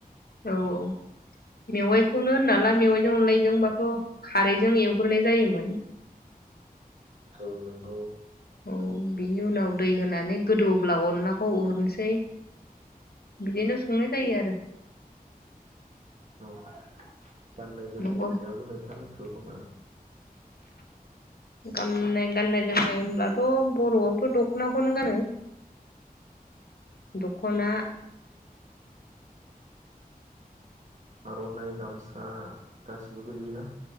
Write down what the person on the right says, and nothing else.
औ नंगौ
औ गाननाय जोमनायावबो
नोंथां <unintelligible>
<unintelligible> <unintelligible> <unintelligible>
आर'नाइ गामसा गासिबो गोलैयोना?